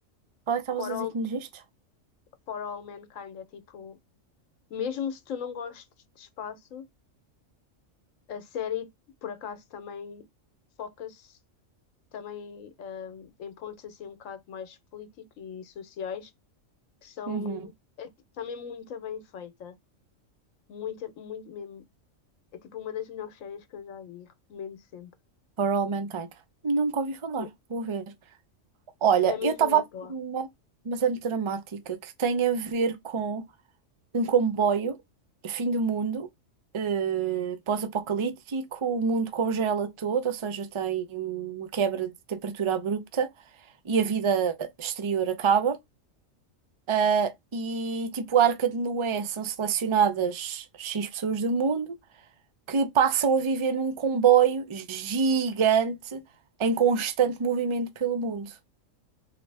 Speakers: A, on the right; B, on the left.
A: Qual é que estavas
B: For
A: a
B: All,
A: dizer que nos viste?
B: For All Mankind é tipo, mesmo se tu não gostes de espaço. A série, por acaso, também foca-se também ahm, em pontos assim um bocado mais políticos e sociais, que são
A: Uhum.
B: é, ti- também muito bem feita. Muito, muito mesmo. É tipo uma das melhores séries que eu já vi, recomendo sempre.
A: For All Mankind. Nunca ouvi falar.
B: E
A: Vou ver. Olha,
B: É mesmo
A: eu estava
B: muito
A: a ver
B: boa.
A: uma, mas é muito dramática, que tem a ver com. um comboio, fim do mundo, eh, pós-apocalíptico, o mundo congela todo, ou seja, tem uma quebra de temperatura abrupta e a vida exterior acaba. Ah, e tipo, a Arca de Noé são selecionadas X pessoas do mundo que passam a viver num comboio gigante em constante movimento pelo mundo.